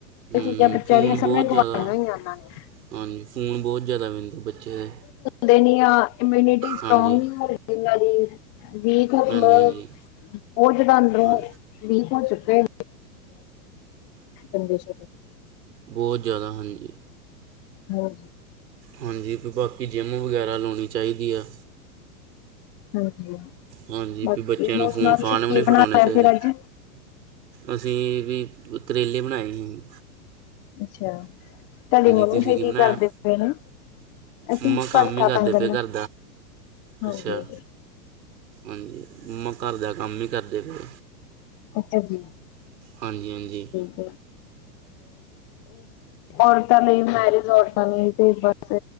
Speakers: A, on the right; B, on the left.
A: ਹੂੰ
B: ਇਹ ਚੀਜ਼ਾਂ ਬੱਚਿਆਂ
A: ਫੋਨ
B: ਦੀਆਂ ਸਭ
A: ਬੋ
B: ਨੇ
A: ਜਾਦਾ
B: ਗਵਾਈਆਂ ਹੋਈਆਂ ਉਹਨਾਂ ਨੇ
A: ਹਾਂਜੀ ਫੋਨ ਬੋ ਜਾਦਾ ਵੈਂਦੇ ਬੱਚੇ।
B: ਦੇ ਨੀ ਆ ਇਮਿਊਨਿਟੀ ਸਟਰੋਂਗ
A: ਹਾਂਜੀ
B: ਨੀ ਹੋ ਰਿ ਜਿਨਾਂ ਦੀ। ਵੀਕ ਉਮ
A: ਹਾਂਜੀ
B: ਬ
A: ਹਾਂਜੀ
B: ਬੋ ਜਾਦਾਂ ਅੰਦਰੋਂ
A: ਹਾਂ
B: ਵੀਕ ਓ ਚੁੱਕੇ। ੰ <unintelligible>
A: ਬੋ ਜਾਦਾ ਹਾਂਜੀ।
B: ਹਾਂ
A: ਹਾਂਜੀ ਵੀ ਬਾਕੀ ਜਿੰਮ ਵਗੈਰਾ ਲਾਉਣੀ ਚਾਈਦੀ ਆ।
B: ਹਾਂਜੀ
A: ਹਾਂਜੀ
B: ਬਾਕੀ
A: ਵੀ ਬੱਚਿਆਂ
B: ਹੋਰ
A: ਨੂੰ ਫੋਨ
B: ਸੁਣਾਓ
A: ਫਾਨ
B: ਤੁਸੀਂ
A: ਵੀ
B: ਕੀ
A: ਨੀ
B: ਬਣਾਇਆ
A: ਫੜੋਣੇ ਚਾਈਦੇ।
B: ਫਿਰ ਅੱਜ
A: ਅਸੀਂ ਵੀ ਤਰੇਲੇ ਬਣਾਏ ਹੀ।
B: ਅੱਛਾ ਤਾਡੀ ਮੰਮੀ
A: ਤੁਸੀਂ
B: ਫੇਰ ਕੀ
A: ਬਣਾਇਆ
B: ਕਰਦੇ ਪਏ ਨੇ। ਅਸੀਂ
A: ਮੰਮਾ ਕੰਮ
B: ਭੜਥਾ
A: ਹੀ ਕਰਦੇ
B: ਬੈਗਣ
A: ਪਏ ਘਰ
B: ਦਾ, ਹਾਂਜੀ।
A: ਅੱਛਾ ਹਾਂਜੀ ਮੰਮਾ ਘਰ ਦਾ ਕੰਮ ਈ ਕਰਦੇ ਪਏ।
B: ਅੱਛਾ ਜੀ
A: ਹਾਂਜੀ ਹਾਂਜੀ
B: <unintelligible> ਔਰਤਾ ਲ‌ਈ, ਮੈਰਿਜ ਔਰਤਾ ਲ‌ਈ ਤੇ ਬਸ-